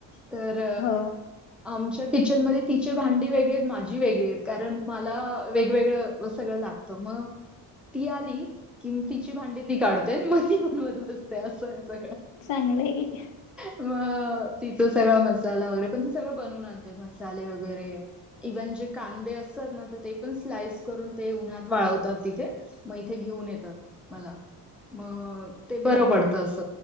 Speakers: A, in the centre; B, on the left.
A: तर
B: हो.
A: आमच्या किचनमध्येध्ये तिचे भांडी वेगळे आहेत माझी वेगळी आहेत कारण मला वेगवेगळं सगळं लाग, तम्हा ती आली कि तिची भांडी ती काढते मजी म्हण मध बजते असं आहे सगळं,
B: चांगलंय की,
A: मग तिचं सगळं मसाला वगैरे पण ती सगळं बनवून आणते मसाले वगैरे, इव्हन जे कांदे असतात ना तर ते पण स्लाईस करून ते उन्हात वाळवतात तिथे? मग इथे घेऊन येतात मला म ते बर पडत अस